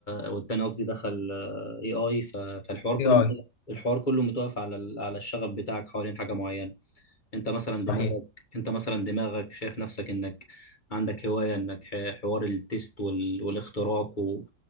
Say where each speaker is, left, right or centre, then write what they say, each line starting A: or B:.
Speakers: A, on the left (about 30°); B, on the left (about 70°).
A: والتاني قصدي دخل اي اي ف... فالحوار
B: اي
A: كله
B: اي
A: متوقف الحوار كله متوقف على ال... على الشغف بتاعك حوالين حاجه معينه انت مثلا
B: صحيح
A: دماغك انت مثلا دماغك شايف نفسك انك عندك هوايه انك ح- حوار التيست وال... والاختراق و...